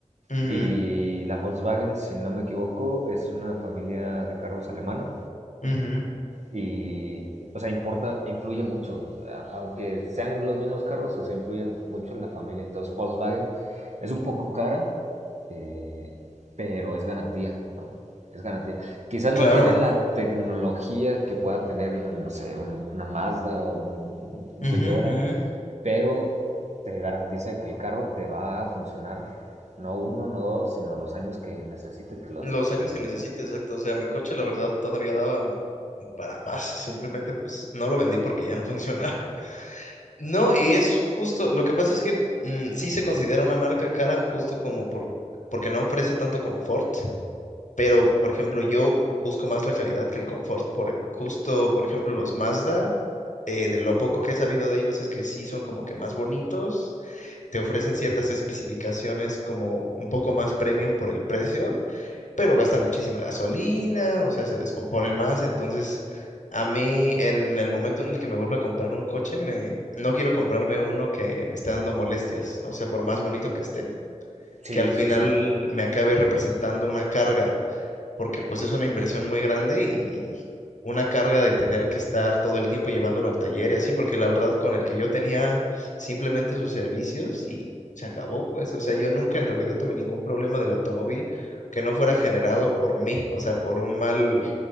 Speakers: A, on the left; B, on the right.
A: Ujú,
B: y la Volkswagen, si no me equivoco, es una familia de carros alemana.
A: ujú,
B: Y, o sea, importa, influye mucho. Aunque sean los mismos carros, o sea, influye mucho la familia. Entonces, Volkswagen es un poco cara, eh, pero es garantía, ¿no? Es garantía. Quizás no
A: Claro.
B: tienen la tecnología que pueda tener, no sé, un- una Mazda o un, un
A: ujú,
B: Toyota,
A: ujú.
B: pero te garantiza que el carro te va a funcionar no uno, no dos, sino los años que necesite que lo...
A: Los años
B: Que...
A: que necesite, exacto. O sea, mi coche, la verdad, todavía daba mu- para más. Simplemente, pues, no lo vendí porque ya no <laughs> funcionaba. No, y es justo, lo que pasa es que mm, sí se considera una marca cara justo como por, porque no ofrece tanto confort, pero por ejemplo yo busco más la calidad que el confort, por, justo por ejemplo los Mazda, eh, de lo poco que he sabido de ellos es que sí son como que más bonitos, te ofrecen ciertas especificaciones como un poco más premium por el precio, pero gastan muchísima gasolina, o sea, se descomponen más, entonces a mí en el momento en el que me vuelva a comprar un coche, me no quiero comprarme uno que me esté dando molestias, o sea, por más bonito que esté,
B: Sí,
A: que al final
B: sí, sí,
A: me acabe representando una carga porque pues es una inversión muy grande y una carga de tener que estar todo el tiempo llevándolo al taller y así, porque la verdad con el que yo tenía simplemente sus servicios y se acabó, pues, o sea, yo nunca en realidad tuve ningún problema del automóvil que no fuera generado por mí, o sea, por un mal,